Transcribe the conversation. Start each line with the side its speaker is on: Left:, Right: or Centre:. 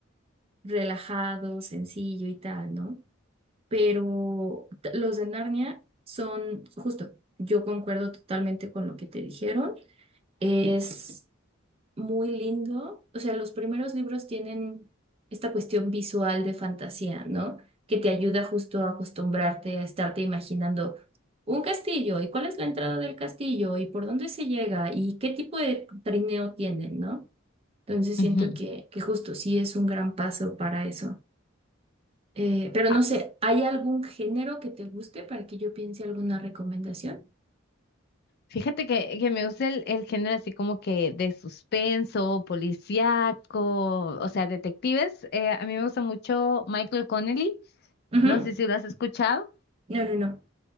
Right: relajado, sencillo y tal, ¿no? Pero t- los de Narnia son, justo, yo concuerdo totalmente con lo que te dijeron. Es muy lindo. O sea, los primeros libros tienen esta cuestión visual de fantasía, ¿no? Que te ayuda justo a acostumbrarte a estarte imaginando un castillo y cuál es la entrada del castillo y por dónde se llega y qué tipo de trineo tienen, ¿no? Entonces
Left: Ujú.
Right: siento que, que justo sí es un gran paso para eso. Eh, pero
Left: Ah,
Right: no sé, ¿hay algún género que te guste para que yo piense alguna recomendación?
Left: Fíjate que, que me gusta el, el género así como que de suspenso, policíaco, o sea, detectives. Eh, a mí me gusta mucho Michael Connelly,
Right: Ujú.
Left: no sé si lo has escuchado.
Right: No, no, no.